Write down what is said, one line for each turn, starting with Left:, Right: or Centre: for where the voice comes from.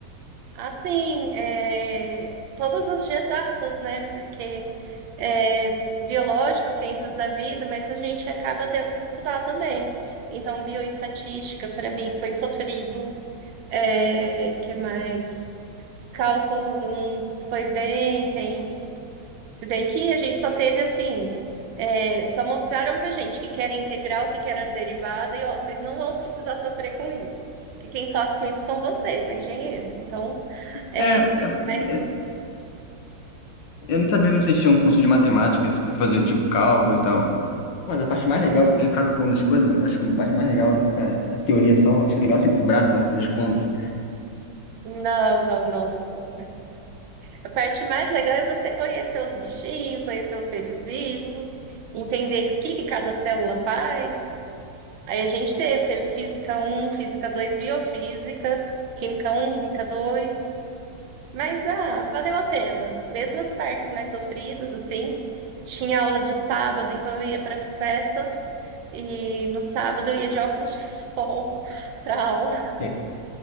Right: Assim, é, todas as exatas, né? Porque é, biológica, ciências da vida, mas a gente acaba tendo que estudar também. Então, bioestatística, para mim, foi sofrido. É, que mais? Cálculo 1 foi bem intenso. Se bem que a gente só teve assim, é, só mostraram pra gente que que era integral, que que era derivada, e ó, vocês não vão precisar sofrer com isso. Que quem sofre com isso são vocês, né, engenheiros? Então, é,
Left: É, é,
Right: mas
Left: Eu não sabia que vocês tinham um curso de matemáticas que fazia tipo cálculo e tal. Mas a parte mais legal é ficar calculando as coisas. Eu acho que a parte mais legal é não ficar na teoria só. Eu Acho legal sempre com o braço na hora das contas.
Right: não, não, não, não. não. A parte mais legal é você conhecer os bichinhos, conhecer os seres vivos, entender o que que cada célula faz. Aí a gente teve, teve física um, física 2, biofísica, química um, química 2. Mas ah, valeu a pena. Mesmo as partes mais sofridas, assim, tinha aula de sábado, então eu ia para as festas e no sábado eu ia de óculos de <laughs> sol para aula,
Left: É,